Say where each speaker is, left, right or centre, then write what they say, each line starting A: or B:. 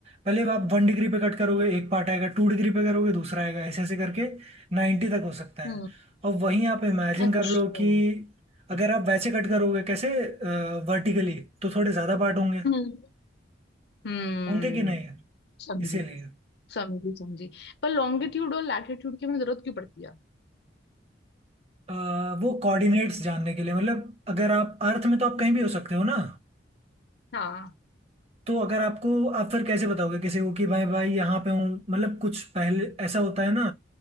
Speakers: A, on the right; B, on the left.
A: पहले आप वन डिग्री पे कट करोगे एक पार्ट आएगा टू डिग्री पे करोगे दूसरा आएगा ऐसे ऐसे करके नाइन्टी तक हो सकता है
B: हम्म
A: और वहीं आप इमेजिन
B: अच्छा
A: कर लो कि अगर आप वैसे कट करोगे कैसे वर्टिकली तो थोड़े ज़्यादा पार्ट होंगे
B: हम्म हम्म
A: होंगे कि नहीं
B: समझी
A: इसीलिए
B: समझी समझी पर लॉन्गिट्यूड और लैटिट्यूड की हमें जरूरत क्यों पड़ती है
A: अ, वो कोऑर्डिनेट्स जानने के लिए मतलब अगर आप अर्थ में तो आप कहीं भी हो सकते हो ना
B: हाँ
A: तो अगर आपको आप फिर कैसे बताओगे किसी को कि भाई भाई यहाँ पे हूँ मतलब कुछ पहले ऐसा होता है ना